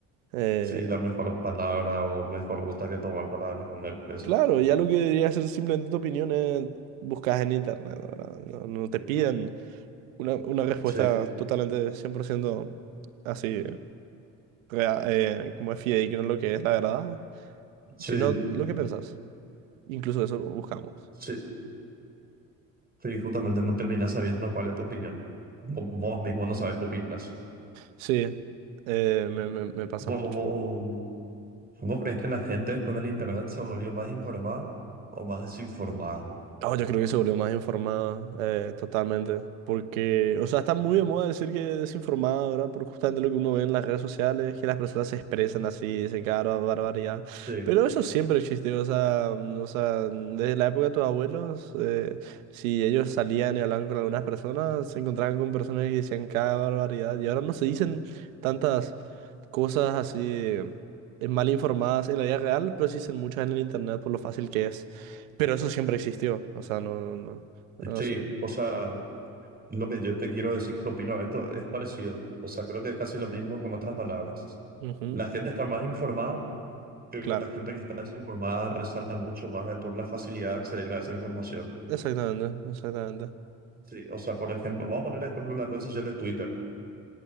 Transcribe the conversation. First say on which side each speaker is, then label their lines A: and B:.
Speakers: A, on the right; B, on the right.
A: eh,
B: sí, la mejor palabra o mejor ruta que tomar para responder eso.
A: claro, ya lo que debería ser simplemente tu opinión es buscas en internet, ¿verdad? No, no te pidan. Una, una respuesta
B: Sí,
A: totalmente 100% así, rea- eh, como es fidedigno lo que es la verdad,
B: sí,
A: sino lo que pensás. Incluso eso buscamos.
B: sí. Sí, justamente no terminas sabiendo cuál es tu opinión. Vo- Vos mismo no sabes qué opinas.
A: Sí, eh, me, me- me pasa
B: ¿Vos,
A: mucho.
B: vos, vos crees que la gente con el internet se volvió más informada o más desinformada?
A: Oh, yo creo que se volvió más informada, eh, totalmente. Porque, o sea, está muy de moda decir que desinformada, ¿verdad? Por justamente lo que uno ve en las redes sociales, que las personas se expresan así, dicen cada bar- barbaridad.
B: Sí,
A: Pero eso siempre existió, o sea, mm, o sea, desde la época de tus abuelos, eh, si ellos salían y hablaban con algunas personas, se encontraban con personas que decían cada barbaridad. Y ahora no se dicen tantas cosas así eh, mal informadas en la vida real, pero sí son muchas en el internet por lo fácil que es. Pero eso siempre existió, o sea, no, no, no. no,
B: sí,
A: o sea,
B: o sea, lo que yo te quiero decir que opino de esto es parecido. O sea, creo que es casi lo mismo con otras palabras.
A: ujú,
B: La gente está más informada, pero
A: claro,
B: la gente que está desinformada resalta mucho más por la facilidad de acceder a esa información.
A: exactamente, exactamente.
B: Sí, o sea, por ejemplo, vamos a poner el ejemplo de la red social de Twitter.